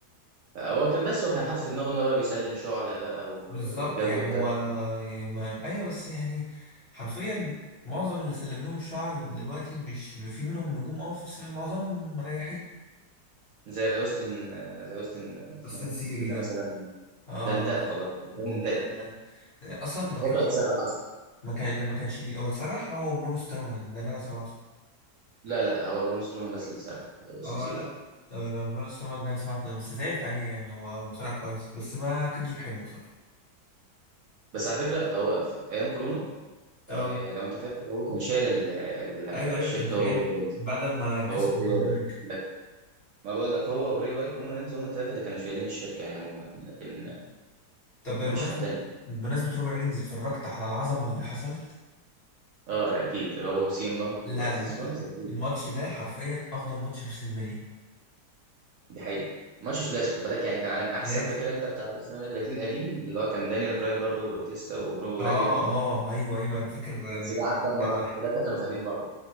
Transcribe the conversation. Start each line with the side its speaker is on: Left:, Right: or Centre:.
Right: آه، هو كان بس هو كان حاطط في دماغه ان هو بقى بيسلم شعلة بقى و-
Left: بالظبط
Right: والجو
Left: يعني
Right: ده
Left: هو ما... ايوه بس يعني حرفيا معظم اللي سلم لهم الشعب دلوقتي مش في منهم نجوم اه بس معظمهم مريحين
Right: زي اوستن آه، زي اوستن آه، اسمه
Left: بس
Right: ده
Left: نسيري
Right: سيبير ده
Left: ده
Right: مثلا
Left: اه
Right: ده انتهى خلاص ده
Left: ده
Right: ده منتهي
Left: ده ده اصلا
Right: انا
Left: ما
Right: كنت فاكره
Left: كانش
Right: هيتسرح اصلا
Left: ما كان لما كانش ليه هو اتسرح هو بروم سترومان ده اللي انا سمعته
Right: لا لا هو برون سترومان بس اللي اتسرح سانسيرو
Left: اه لا
Right: لا
Left: انا بروم سترومان ده سمعته بس زعلت عليه يعني هو بصراحة كويس بس ما كنتش بحبه بصراحة
Right: بس على فكره هو في ايام كورونا
Left: اه
Right: آه، لو انت فاكر هو كان شايل ال- ال- الشركه
Left: ايوه ايوه كان شايل
Right: هو ورومان
Left: بعد ما كسب
Right: رينز هو وبري
Left: جولدبرج
Right: وايت بس ما بقول لك هو وبري وايت ورومان رينز هم الثلاثه اللي كانوا شايلين الشركه يعني عموما لكن
Left: طب بمناسبة
Right: ما فيش حد تاني
Left: بمناسبة رومان رينز اتفرجت على العظمة اللي حصلت
Right: اه ده اكيد هو سي ام بانك
Left: لا
Right: وسيس
Left: لا لا
Right: رولينز اكيد
Left: الماتش ده حرفيا افضل ماتش في ريسلمانيا
Right: دي حقيقه ماتش ثلاثي خد بالك يعني كان عالمي احسن
Left: ثلاثي
Right: فاكر انت بتاع WrestleMania 30 القديم اللي هو كان دانيال براين برضو وباتيستا ورو- وراندي
Left: اه
Right: اورتن
Left: اه ايوه ايوه انا فاكر
Right: بس
Left: آه، حاجات
Right: ده عدى
Left: كتير
Right: بمراحل
Left: زمان
Right: ثلاثه كانوا فاهمين بعض